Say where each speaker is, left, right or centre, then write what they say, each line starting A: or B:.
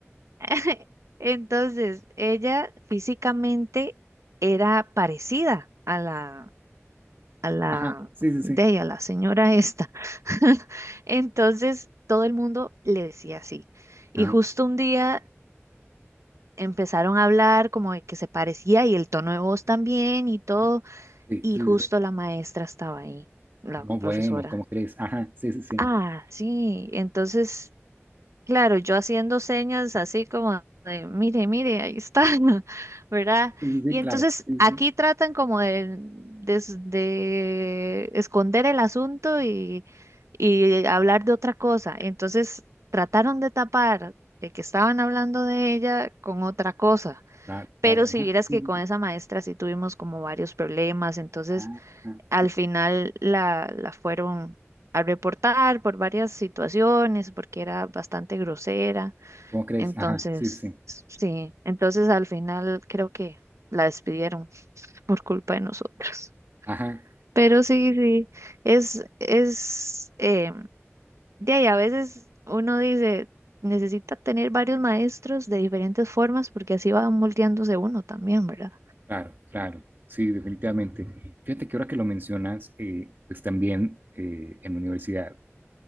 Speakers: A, on the right (about 80°); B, on the right (about 45°).
A: <laughs> Entonces, ella físicamente era parecida a la, a la,
B: Ajá, sí, sí,
A: de
B: sí.
A: ella, la señora esta. <laughs> Entonces, todo el mundo le decía así. Y
B: Ajá,
A: justo un día empezaron a hablar como de que se parecía y el tono de voz también y todo.
B: ajá, sí,
A: Y
B: sí,
A: justo
B: sí. sí.
A: la maestra estaba ahí, la
B: No,
A: profesora.
B: bueno, ¿cómo crees? Ajá, sí, sí, sí.
A: Ah, sí. Entonces, claro, yo haciendo señas así como de, mire, mire, ahí está,
B: Ajá,
A: <laughs> ¿verdad?
B: sí, sí, sí,
A: Y
B: claro.
A: entonces
B: Sí, sí,
A: aquí
B: sí.
A: tratan como de, de, de esconder el asunto y, y hablar de otra cosa. Entonces, trataron de tapar de que estaban hablando de ella con otra cosa.
B: Claro,
A: Pero
B: claro,
A: si
B: ajá.
A: vieras
B: Sí,
A: que
B: sí,
A: con
B: sí.
A: esa maestra sí tuvimos como varios problemas, entonces...
B: Ajá, ajá,
A: Al
B: sí.
A: final la, la fueron a reportar por varias situaciones, porque era bastante grosera.
B: ¿Cómo crees?
A: Entonces,
B: Ajá, sí, sí. sí.
A: sí, entonces al final creo que la despidieron <laughs> por culpa de nosotros.
B: Ajá.
A: Pero sí, sí, es, es, eh, de ahí a veces uno dice, necesita tener varios maestros de diferentes formas, porque así va moldeándose uno también, ¿verdad?
B: Claro, claro, sí, definitivamente. Fíjate que ahora que lo mencionas, eh, pues también eh, en la universidad